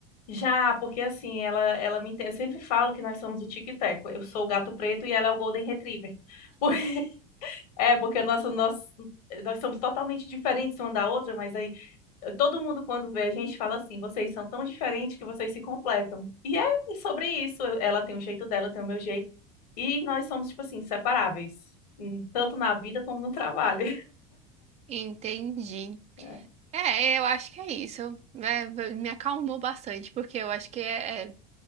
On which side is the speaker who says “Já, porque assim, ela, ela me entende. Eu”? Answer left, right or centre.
Left